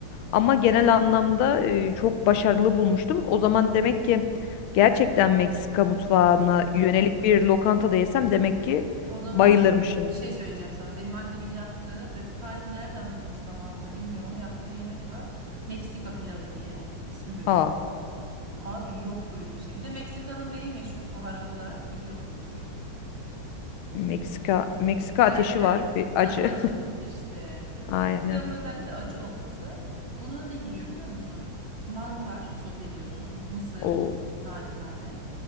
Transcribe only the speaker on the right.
Çok güzel.
O zaman
bir şey söyleyeceğim sana. Benim annemin yaptığı ve bu tarifi nereden bulmuş zamanında bilmiyorum ama yaptığı bir yemek var. Meksika pilavı diye. İsmi böyle.
Abi yok böyle bir şey. Bir de Meksika'nın neyi meşhur baharat olarak biliyorsundur.
Derken
ha acı işte.
Bu pilavın özelliği de acı olması. Buna ne giriyor biliyor musun? Mantar soteliyorsun, mısır
tane tane